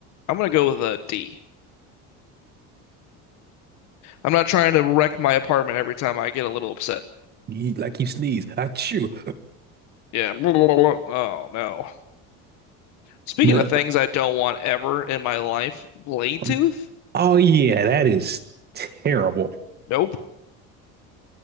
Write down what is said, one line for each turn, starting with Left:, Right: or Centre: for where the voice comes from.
Left: I'm gonna go with a D. I'm not trying to wreck my apartment every time I get a little upset.
Right: You, like you sneeze, I chew,
Left: Yeah. <laughs> Oh no.
Right: <laughs>
Left: Speaking
Right: but
Left: of things I don't want ever in my life, Bladetooth?
Right: uh, Oh yeah, that is terrible.
Left: Nope.